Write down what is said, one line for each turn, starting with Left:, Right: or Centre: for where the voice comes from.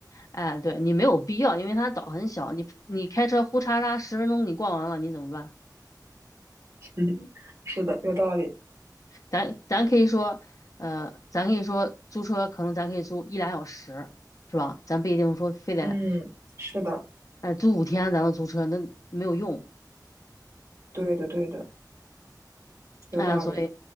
Left: 哎，对，你没有必要，因为它岛很小，你你开车呼嚓嚓十分钟你逛完了，你怎么办？
Right: <laughs> 嗯，是的，有道理。
Left: 咱咱可以说，呃，咱可以说租车可能咱可以租一俩小时，是吧？咱不一定说非得，
Right: 嗯，是的，
Left: 呃，租五天咱都租车，那没有用
Right: 对的，对的，有道理。
Left: 啊，所以，